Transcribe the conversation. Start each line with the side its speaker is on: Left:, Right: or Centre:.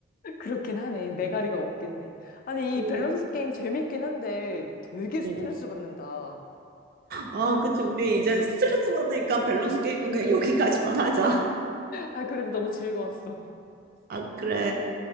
Left: 그렇긴 하네. 매가리가 없겠네. 아니,
Right: 음,
Left: 이 밸런스 게임 재밌긴 한데 되게 스트레스
Right: 음.
Left: 받는다.
Right: 아, 그치. 우리 이제 스트레스 받으니까 밸런스 게임은 그냥 여기까지만 하자.
Left: 아, 그래도 너무 즐거웠어.
Right: 아, 그래.